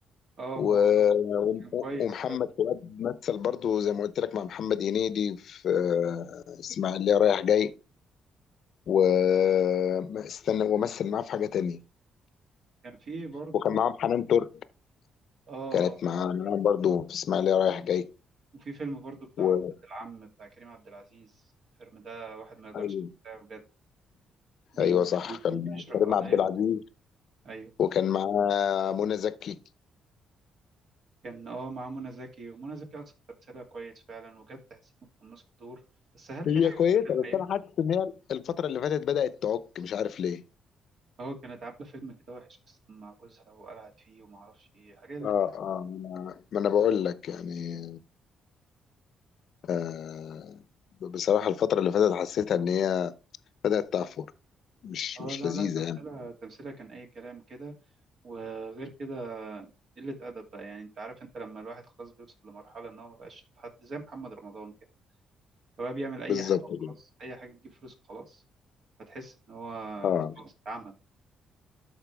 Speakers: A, on the right; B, on the left.
A: اه
B: و...
A: ما هو
B: و-
A: كان كويس
B: ومحمد
A: فعلا
B: فؤاد مثل برضو زي ما قلت لك مع محمد هنيدي في آه، اسماعيليه رايح جاي واستنى ومثل معاه في حاجة تانية
A: كان في برضه
B: وكان معاهم حنان ترك
A: اه
B: كانت
A: آه،
B: معاه معاهم برضو في اسماعيلية رايح جاي
A: وفي فيلم برضو بتاع
B: و...
A: ولاد العم بتاع كريم عبد العزيز الفيلم ده واحد ما يقدرش
B: ايوه
A: ينساه بجد بي-
B: ايوه صح
A: بي-
B: كان
A: بي- بيشرح
B: كريم
A: قضية
B: عبد العزيز
A: مهمة. أيوه
B: وكان معاه منى زكي
A: كان اه مع منى زكي ومنى زكي أصلا تمثيلها كويس فعلا وكانت تحس إنها متقمصة الدور بس هل في
B: هي
A: حاجة
B: كويسة
A: كده في الحقيقة؟
B: بس انا حاسس ان هي الفترة اللي فاتت بدأت تعك مش عارف ليه
A: اه كانت عاملة فيلم كده وحش أصلا مع جوزها وقلعت فيه وما أعرفش إيه حاجة اللي
B: اه
A: اتقال.
B: اه ما انا ما انا بقول لك يعني آه بصراحة الفترة اللي فاتت حسيتها ان هي بدأت تعفر مش
A: اه
B: مش
A: لا
B: لذيذة
A: لا تمثيلها
B: يعني
A: تمثيلها كان أي كلام كده وغير كده قلة أدب بقى يعني أنت عارف أنت لما الواحد خلاص بيوصل لمرحلة إن هو مبقاش حد زي محمد رمضان كده فبقى بيعمل اي
B: بالظبط
A: حاجه وخلاص
B: كده
A: اي حاجه تجيب فلوس وخلاص فتحس ان هو
B: اه
A: خلاص اتعمى